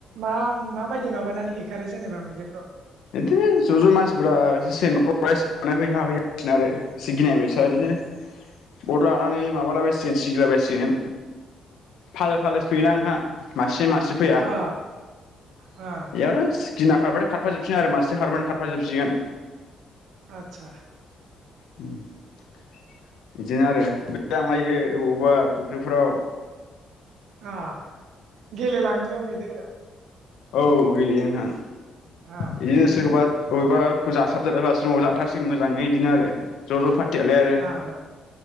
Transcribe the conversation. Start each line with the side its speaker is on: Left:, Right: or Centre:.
Right: मा माबायदि माबानानै होखारो जेनेबा मैदेर द'
Left: बिदि ज' ज' मानसिफोरा एसे सेनख्र हो होयाांसिगोन आरो एसे गिनायबायस बिदिनो अर लानानै माबालाबायसिगोन सिगिलाबायसिगोन फालो फालो फैयोना नोंथां मासे मासे सि फैया
Right: अ अ
Left: इयास गिना खारबाथाय खार फाजोबसिगोन आरो मासे खारबानो खारफाजोबसिगोन।
Right: आदसा
Left: उम <inaudible> इदिनो आरो <unintelligible> लायो अबावबा फुख्रिफ्राव।
Right: ओह गेलेलाङो बे मैदेर
Left: औ गेलेयो नोंथां।
Right: अ
Left: इदिनो सोरखौबा अबेबा खौ जासाब जाराब जासिग जाथारसिगोन मोजाङै इदिनो आरो ज' ज' फार थियालाय आरो
Right: अ